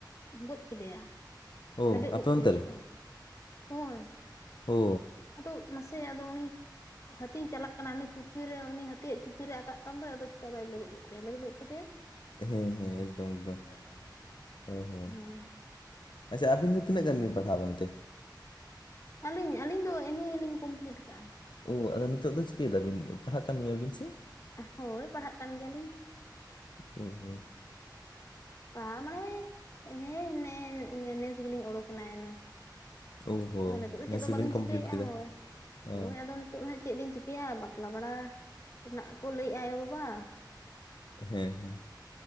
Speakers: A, on the left (about 40°); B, on the left (about 75°).
A: ᱜᱚᱡ ᱠᱮᱫᱮᱭᱟ
B: ᱚ
A: ᱞᱮᱵᱮᱫ ᱜᱚᱡ
B: ᱟᱯᱮ
A: ᱠᱮᱫᱮᱭᱟᱠᱚ
B: ᱚᱱᱛᱮ ᱨᱮ
A: ᱦᱳᱭ
B: ᱦᱳ
A: ᱟᱫᱚ ᱢᱟᱥᱮ ᱟᱫᱚ ᱩᱱᱤ ᱦᱟᱹᱛᱤᱭ ᱪᱟᱞᱟᱜ ᱠᱟᱱᱟ ᱩᱱᱤ ᱪᱩᱯᱤ ᱨᱮ ᱩᱱᱤ ᱦᱟᱹᱛᱤᱭᱟᱜ ᱪᱩᱯᱤ ᱨᱮ ᱟᱠᱟᱜ ᱠᱟᱱ ᱫᱚᱭ ᱟᱫᱚ ᱪᱮᱫᱟᱜ ᱵᱟᱭ ᱞᱮᱵᱮᱫ ᱜᱚᱫ ᱠᱟᱭᱟᱭ ᱞᱮᱵᱮᱫ ᱜᱚᱫ ᱠᱟᱫᱮᱭᱟᱭ
B: ᱦᱮᱸ ᱦᱮᱸ ᱮᱠᱫᱚᱢ ᱮᱠᱫᱚᱢ ᱦᱮᱸ ᱦᱮᱸ
A: ᱦᱳᱭ
B: ᱟᱪᱪᱷᱟ ᱟᱵᱤᱱ ᱫᱚ ᱛᱤᱱᱟᱹᱜ ᱜᱟᱱ ᱯᱟᱲᱦᱟᱣ ᱠᱟᱱᱛᱮ?
A: ᱟᱞᱤᱧ ᱟᱞᱤᱧ ᱫᱚ ᱮᱢ ᱮ ᱞᱤᱧ ᱠᱚᱢᱯᱞᱤᱴ ᱟᱠᱟᱜᱼᱟ
B: ᱳ ᱟᱫᱚ ᱱᱤᱛᱚᱜ ᱫᱚ ᱪᱤᱠᱟᱹᱭ ᱫᱟᱵᱤᱱ ᱯᱟᱲᱦᱟᱜ ᱠᱟᱱ ᱜᱮᱭᱟ ᱵᱤᱱ ᱥᱮ?
A: ᱦᱳᱭ ᱯᱟᱲᱦᱟᱜ ᱠᱟᱱ ᱜᱮᱭᱟᱞᱤᱧ
B: <unintelligible>
A: ᱯᱟᱲᱦᱟᱣ ᱢᱟᱱᱮ ᱦᱮᱸ ᱱᱮ ᱤᱭᱟᱹ ᱱᱮᱥ ᱜᱮᱞᱤᱧ ᱚᱰᱳᱠᱮᱱᱟ ᱮᱢ ᱮ
B: ᱳ ᱦᱳ
A: ᱠᱷᱚᱱ ᱟᱫᱚ ᱱᱤᱛᱳᱜ ᱫᱚ
B: ᱱᱮᱥ
A: ᱪᱮᱫ ᱦᱚ
B: ᱜᱮᱵᱤᱱ
A: ᱵᱟᱹᱞᱤᱧ
B: ᱠᱚᱢᱯᱞᱤᱴ
A: ᱪᱤᱠᱟᱹᱭᱮᱜᱼᱟ
B: ᱠᱮᱫᱟ?
A: ᱦᱳᱭ ᱾
B: ᱚ
A: ᱦᱳᱭ ᱟᱫᱚ ᱱᱤᱛᱚᱜ ᱦᱟᱸᱜ ᱪᱮᱫ ᱞᱤᱧ ᱪᱤᱠᱟᱹᱭᱟ ᱵᱟᱯᱞᱟ ᱵᱟᱲᱟ ᱨᱮᱱᱟᱜ ᱠᱚ ᱞᱟᱹᱭᱮᱜ-ᱟ ᱟᱭᱳᱼᱵᱟᱵᱟ
B: ᱦᱮᱸ ᱦᱮᱸ